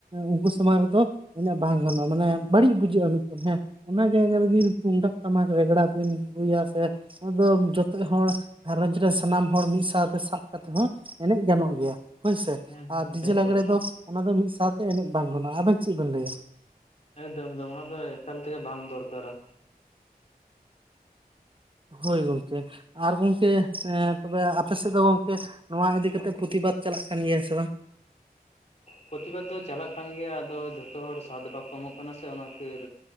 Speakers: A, on the right; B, on the left.
A: ᱩᱱᱠᱩ ᱥᱟᱢᱟᱝ ᱨᱮᱫᱚᱼᱼ ᱩᱱᱟᱹᱜ ᱵᱟᱝ ᱜᱟᱱᱚᱜᱼᱟ ᱢᱟᱱᱮ ᱵᱟᱹᱲᱤᱡ ᱵᱩᱡᱷᱟᱹᱜᱼᱟ ᱢᱤᱫᱴᱮᱱ ᱦᱮᱸᱼᱼ ᱚᱱᱟ ᱡᱟᱭᱜᱟ ᱨᱮᱜᱮ ᱛᱩᱢᱫᱟᱜ ᱴᱟᱢᱟᱠ ᱨᱮᱜᱽᱲᱟ ᱵᱤᱱ ᱨᱩᱭᱟ ᱥᱮᱼᱼ ᱟᱫᱚ ᱡᱷᱚᱛᱚ ᱦᱚᱲ ᱜᱷᱟᱨᱚᱸᱧᱡᱽ ᱨᱮᱱ ᱥᱟᱱᱟᱢ ᱦᱚᱲ ᱢᱤᱫ ᱥᱟᱶᱛᱮ ᱥᱟᱵ ᱠᱟᱛᱮᱫ ᱦᱚᱸ ᱮᱱᱮᱡ ᱜᱟᱱᱚᱜ ᱜᱮᱭᱟ᱾ ᱦᱳᱭᱥᱮ
B: ᱦᱮᱸ
A: ᱟᱨ ᱰᱤᱡᱮ
B: ᱮᱠᱫᱚᱢ
A: ᱞᱟᱜᱽᱬᱮ ᱫᱚ ᱚᱱᱟ ᱫᱚ ᱢᱤᱫ ᱥᱟᱶᱛᱮ ᱮᱱᱮᱡ ᱵᱟᱝ ᱜᱟᱱᱚᱜᱼᱟ ᱟᱵᱮᱱ ᱪᱮᱫ ᱵᱮᱱ ᱞᱟᱹᱭᱟ?
B: ᱮᱠᱫᱚᱢ ᱮᱠᱫᱚᱢ ᱚᱱᱟ ᱫᱚ ᱮᱠᱟᱞ ᱛᱮᱜᱮ ᱵᱟᱝ ᱫᱚᱨᱠᱟᱨᱟ᱾
A: ᱦᱳᱭ ᱜᱚᱢᱠᱮ ᱟᱨ ᱜᱚᱢᱠᱮᱼᱼ ᱛᱚᱵᱮ ᱟᱯᱮ ᱥᱮᱫ ᱫᱚ ᱜᱚᱝᱠᱮ ᱱᱚᱣᱟ ᱤᱫᱤ ᱠᱟᱛᱮ ᱯᱨᱚᱛᱤ ᱵᱟᱫᱽ ᱪᱟᱞᱟᱜ ᱠᱟᱱ ᱜᱮᱭᱟ ᱥᱮ ᱵᱟᱝ?
B: ᱯᱨᱚᱛᱤᱵᱟᱨ ᱫᱚ ᱪᱟᱞᱟᱜ ᱠᱟᱱ ᱜᱮᱭᱟ ᱟᱫᱚ ᱡᱷᱚᱛᱚ ᱦᱚᱲ ᱥᱟᱫ ᱵᱟᱠᱚ ᱮᱢᱚᱜ ᱠᱟᱱᱟ ᱥᱮ ᱚᱱᱟ ᱠᱷᱟᱹᱛᱤᱨᱼᱼ